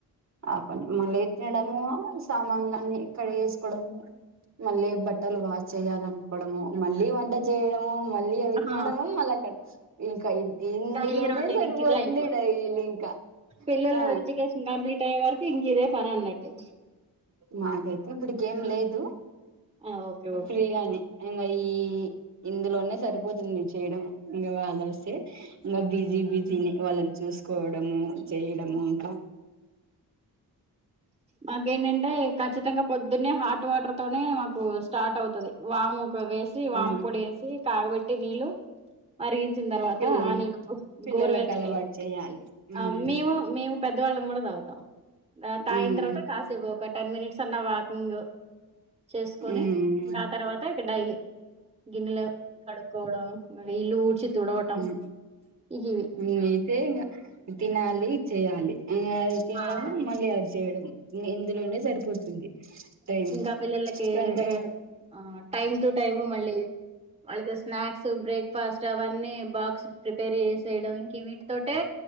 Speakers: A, on the right (about 45°); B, on the right (about 15°).
A: ఆ పని మళ్ళీ తినడము సామాన్ల అన్నీ కడిగేసుకోవడము మళ్ళీ బట్టలు వాష్ చేయాలనుకోవడము మళ్ళీ వంట చేయడము మళ్ళీ అవి
B: ఆహా
A: తినడము మళ్ళీ అక్కడ ఇంకా ఇందులోనే
B: డైలీ రొటీన్
A: సరిపోతుంది
B: ఇంక ఇదే అయిపోతుంది
A: డైలి ఇంకా
B: పిల్లలు
A: ఆ
B: ఎడ్యుకేషన్ కంప్లీట్ అయ్యే వరకు ఇంక ఇదే పని అన్నట్టు
A: మాగైతే ఇప్పుడికేం లేదు
B: ఆ ఓకే ఓకే
A: ఫ్రీగానే ఇంగ ఈ ఇందులోనే సరిపోతుంది చేయడం ఇంకా వాళ్ళ వస్తే ఇంకా బిజీ బిజీని వాళ్ళ చూసుకోవడము చేయడము ఇంకా
B: మాకేంటంటే ఖచ్చితంగా పొద్దునే హాట్ వాటర్ తోనే మాకు స్టార్ట్ అవుతది వాము ఓకే వేసి వామ్
A: ఉమ్
B: పొడి వేసి కాగబెట్టి నీళ్ళు మరిగించిన తర్వాత
A: పిల్
B: ఆ నీళ్డు
A: పిల్లలకు
B: గోరువెచ్చట
A: అలవాటు చేయాలి ఉమ్
B: ఆ మేము మేము పెద్దవాళ్ళం కూడా తాగుతాం తాయిన
A: ఉమ్
B: తర్వాత కాసేపు ఒక టెన్ మినిట్స్ అన్న వాకింగ్ చేసుకొని
A: ఉమ్
B: ఇంకా ఆ తర్వాత ఇక డైలీ గిన్నెలు కడుకోడం ఇలు ఊడ్చి తుడవటం
A: ఉ
B: ఇగివి
A: నేనైతే ఇంగ తినాలి చేయ్యాలి ఇం తినడం
B: ఆ
A: మళ్ళీ అద్ చేయడం ఇందులోనే సరిపోతుంది టైం
B: ఇంకా పిల్లలకి
A: కొంత
B: ఆ టైమ్ టు టైమ్ మళ్ళీ వాళ్ళకి స్నాక్స్ బ్రేక్ఫాస్ట్ అవన్నీ బాక్స్ ప్రిపేర్ చేసేయడం ఇంక వీటి తోటే